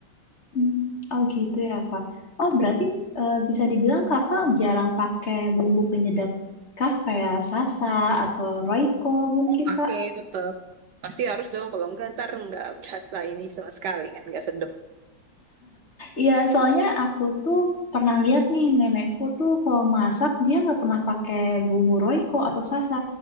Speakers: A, on the left (about 40°); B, on the right (about 70°).
A: Hmm, Oh gitu ya Pak. Oh berarti eh, bisa dibilang Kakak jarang pakai bumbu penyedap kah kayak sasa atau Royco mungkin
B: Pakai
A: Kak?
B: tetap pasti harus dong kalau enggak ntar nggak berasa ini sama sekali kan nggak sedap.
A: Iya soalnya aku tuh pernah lihat nih nenekku tuh kalau masak dia nggak pernah pakai bumbu Royco atau sasa.